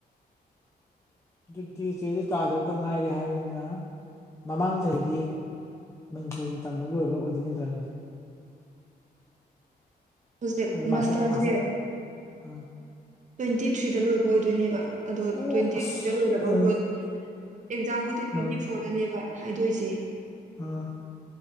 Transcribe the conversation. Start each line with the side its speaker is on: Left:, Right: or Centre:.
Left: ꯑꯗꯨꯗꯤ ꯆꯦ ꯏꯖꯦꯇꯥꯗꯣ ꯈꯛ ꯉꯥꯏꯔꯦ ꯍꯥꯏꯕꯅꯤꯅ ꯃꯃꯥꯡ ꯆꯍꯤꯗꯤ ꯃꯅꯤꯄꯨꯔꯒꯤ ꯇꯝꯕ ꯂꯣꯏꯕ ꯑꯣꯏꯗꯣꯏ ꯅꯠꯇ꯭ꯔꯥ ꯑꯗꯨꯗꯤ
Right: ꯍꯧꯖꯤꯛ
Left: ꯍꯥꯏꯗꯤ
Right: ꯃꯁꯇꯥ꯭ꯔ
Left: ꯃꯥꯁꯇꯔ ꯃꯥꯁꯇꯔ
Right: ꯁꯦ
Left: ꯑꯥ
Right: ꯇ꯭ꯋꯦꯟꯇꯤ ꯊ꯭ꯔꯤꯗ ꯂꯣꯏꯕ ꯑꯣꯏꯗꯣꯏꯅꯦꯕ ꯑꯗꯣ
Left: ꯑꯣ
Right: ꯇ꯭ꯋꯦꯟꯇꯤ
Left: ꯑꯁ
Right: ꯊ꯭ꯔꯤꯗ ꯂꯣꯏꯒꯗꯧꯕꯗꯣ
Left: ꯑꯥ
Right: ꯑꯦꯛꯖꯥꯝꯕꯨꯗꯤ ꯇ꯭ꯋꯦꯟꯇꯤ
Left: ꯑꯥ
Right: ꯐꯣꯔꯗꯅꯦꯕ ꯍꯥꯏꯗꯣꯛꯏꯁꯦ
Left: ꯑꯥ